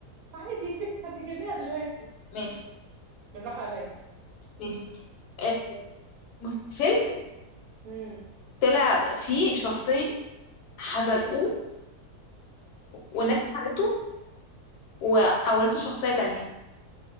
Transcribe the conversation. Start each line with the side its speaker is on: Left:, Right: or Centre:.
Right: عادي <laughs> هتجيبيها دلوقتي
Left: ماشي
Right: بالراحه عليا
Left: ماشي آه، مس- فيلم
Right: امم
Left: طلع فيه شخصيه حزلقوه
Right: امم
Left: وناس خدته وحولته لشخصيه تانية